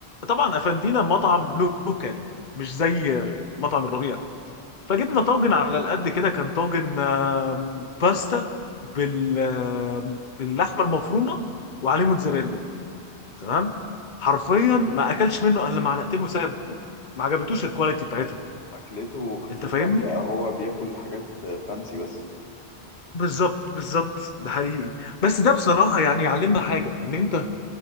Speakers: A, on the left; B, on the left.
A: طبعا افندينا مطعم لوكالي مش زي آه، مطعم الربيع فجبنا طاجن على القد كده كان طاجن آه، باستا بال آه، باللحمه المفرومه وعليه موتزاريلا تمام حرفيا ما اكلش منه الا معلقتين وسابه ما عجبتوش الكواليتي بتاعتهم
B: أكلته خفيفة
A: انت فاهمني
B: ولا هو بياكل حاجات فانسي بس
A: بالظبط بالظبط ده حقيقي بس ده بصراحه يعني يعلمنا حاجه ان انت